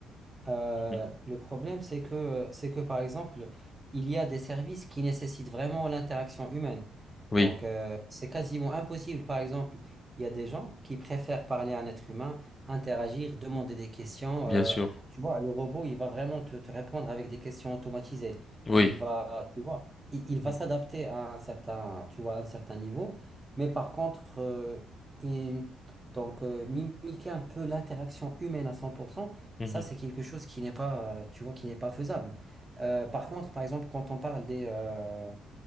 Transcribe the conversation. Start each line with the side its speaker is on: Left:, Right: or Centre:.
Right: euh,
Left: Mhm.
Right: le problème, c'est que, c'est que par exemple, il y a des services qui nécessitent vraiment l'interaction humaine.
Left: Oui,
Right: Donc, euh, c'est quasiment impossible. Par exemple, il y a des gens qui préfèrent parler à un être humain, interagir, demander des questions.
Left: bien
Right: euh,
Left: sûr.
Right: tu vois, le robot, il va vraiment te, te répondre avec des questions automatisées.
Left: Oui.
Right: Il va, tu vois, il, il va
Left: Mhm,
Right: s'adapter à un certain, tu vois, à un certain niveau. Mais par contre, euh, il- donc, euh, mimiquer un peu l'interaction humaine à 100%,
Left: mhm,
Right: ça, c'est quelque chose qui n'est pas, euh, tu vois, qui n'est pas faisable. Euh, par contre, par exemple, quand on parle des, euh,